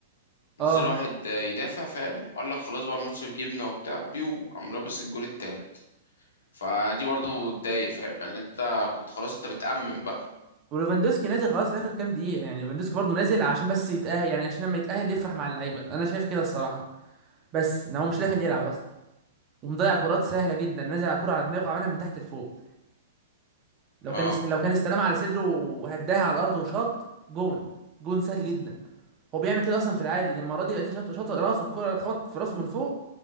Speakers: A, on the right; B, on the left.
A: اه
B: نزلوا واحد آه، يدافع فاهم قال لك خلاص بقى الماتش في جيبنا وبتاع بيو عملوا بس الجون التالت فدي برضه تضايق فاهم يعني انت كنت خلاص انت بتأمن بقى
A: وليفاندوسكي نازل خلاص اخر كام دقيقه يعني ليفاندوسكي برضه نازل عشان بس يتاهل يعني عشان لما يتاهل يفرح مع اللعيبه انا شايف كده الصراحه بس ان هو مش داخل يلعب اصلا ومضيع كرات سهله جدا نازل على كرة على دماغه عملها من تحت لفوق لو
B: اه
A: كان است... لو كان استلمها على صدره وهداها على الارض وشاط جون جون سهل جدا هو بيعمل كده اصلا في العادي لما راضي لقيته شاط شاط راسه الكرة خبطت في راسه من فوق